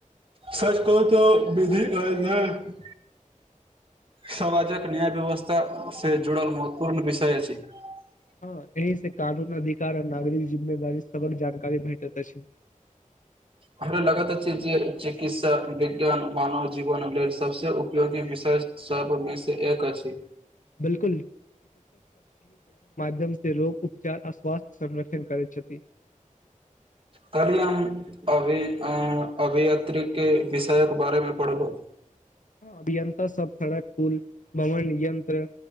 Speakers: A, on the right (about 40°); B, on the left (about 70°).
A: सच कह त ब समाजक न्याय- व्यवस्था से जड़ल महत्वपूर्ण विषय छै। <unintelligible>
B: हँ एहि से कानून अधिकार आ नागरिक जी। <unintelligible> उदी सक जानकारी भेटत छै। <unintelligible>
A: हमरा लागत अछि जे चिकित्सा विज्ञान मानव जीवन लेल सबस उपयोगी विषय सबमे से एक अछि।
B: बिल्कुल म से रोग उपचार आ स्वास्थ्य संरक्षण करैत छथि। <unintelligible>
A: खाली हम अभी अभियत्र्री के विषयके बारेमे पढ़ो। <unintelligible>
B: हँ अभियन्ता सब सड़क। पुल -भवन यन्त्र।